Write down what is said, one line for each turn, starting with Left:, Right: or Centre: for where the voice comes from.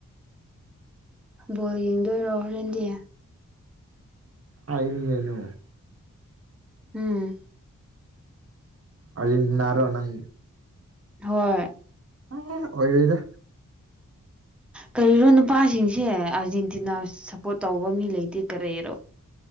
Centre: ꯕꯣꯜ ꯌꯦꯡꯗꯣꯏꯔꯣ ꯍꯣꯔꯦꯟꯗꯤ
Right: ꯑꯩꯅꯤ ꯑꯗꯨ
Centre: ꯎꯝ
Right: ꯑꯥꯔꯖꯦꯟꯇꯤꯅꯔꯣ ꯅꯪ
Centre: ꯍꯣꯏ
Right: ꯑꯣꯏꯔꯣꯏꯗ <inaudible>
Centre: ꯀꯔꯤꯔꯣ ꯅꯨꯄꯥꯁꯤꯡꯁꯦ ꯑꯥꯔꯖꯦꯟꯇꯤꯅꯥ ꯁꯞꯄꯣꯔꯠ ꯇꯧꯕ ꯃꯤ ꯂꯩꯇꯦ ꯀꯔꯤꯔꯣ